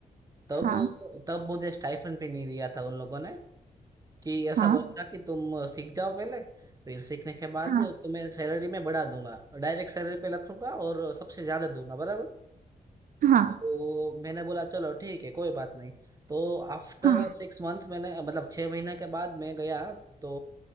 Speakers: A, on the right; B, on the right.
A: तब
B: हाँ
A: तब मुझे स्टाइफन भी नहीं दिया था उन लोगों ने कि ऐसा
B: हाँ
A: बोला था कि तुम सीख जाओ पहले फिर सीखने के बाद
B: हाँ
A: तुम्हें सैलरी में बढ़ा दूंगा डायरेक्ट सैलरी पे रखूंगा और सबसे ज्यादा दूंगा बराबर
B: हाँ
A: तो मैंने बोला चलो ठीक है कोई बात नहीं तो आफ्टर
B: हाँ
A: सिक्स मंथ मैंने मतलब छः महीने के बाद मैं गया तो